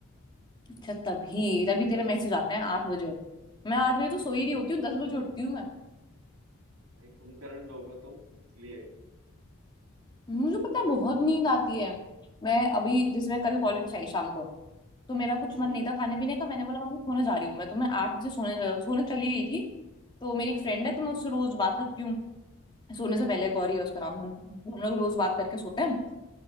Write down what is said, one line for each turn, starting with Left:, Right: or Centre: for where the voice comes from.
Left: अच्छा तभी तभी तेरे मैसेज आते हैं आठ बजे मैं आठ बजे तो सो ही रही होती हूँ दस बजे उठती हूँ मैं
Right: भाई कुंभकर्ण लोग हो तुम इसलिए
Left: मुझे पता है बहुत नींद आती है मैं अभी जैसे मैं कल कॉलेज से आई शाम को तो मेरा कुछ
Right: हम्म
Left: मन नहीं था खाने पीने का मैंने बोला मम्मी सोने जा रही हूँ मैं तो मैं आठ बजे सोने अ, सोने चली गई थी तो मेरी एक फ्रेंड है तो मैं उससे रोज बात करती हूँ सोने
Right: हाँ
Left: से पहले
Right: हाँ
Left: गौरी है उसका नाम हम हम लोग रोज बात करके सोते हैं